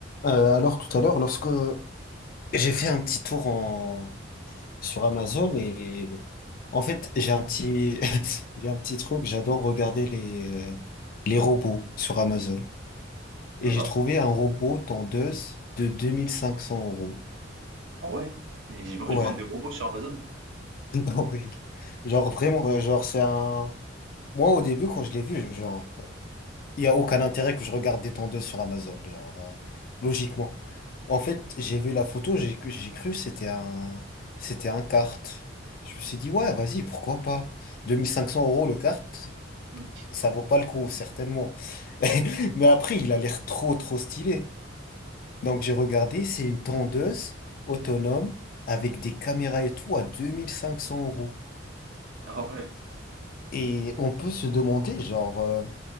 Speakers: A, on the left (about 50°); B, on the right (about 70°).
A: Euh, alors tout à l'heure, lorsque j'ai fait un petit tour en... sur Amazon et en fait j'ai un petit <laughs> j'ai un petit truc, j'adore regarder les euh, les robots sur Amazon
B: Il
A: et
B: y en
A: j'ai
B: a?
A: trouvé un robot tendeuse de 2500 euros.
B: Ah ouais? Mais ils,
A: Ouais,
B: ils vendent des robots sur Amazon?
A: <laughs> Ah oui, genre vraiment, euh, genre c'est un. Moi au début quand je l'ai vu, je- genre Il y a aucun intérêt que je regarde des tondeuses sur Amazon, genre, euh, logiquement. En fait, j'ai vu la photo, j'ai j'ai cru que c'était un, c'était un kart. Je me suis dit, ouais, vas-y, pourquoi pas? 2500 euros le kart,
B: Mm. <laughs>
A: ça vaut pas le coup, certainement. <laughs> Mais après, il a l'air trop, trop stylé. Donc j'ai regardé, c'est une tondeuse autonome avec des caméras et tout à 2500 euros.
B: Ah ouais,
A: Et on peut se demander, genre, euh,